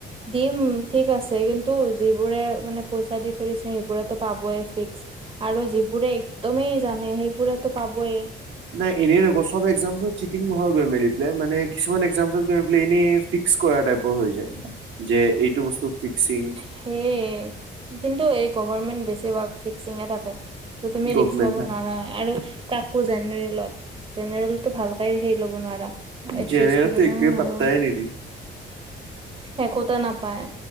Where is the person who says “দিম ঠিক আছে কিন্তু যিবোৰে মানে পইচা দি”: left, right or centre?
Right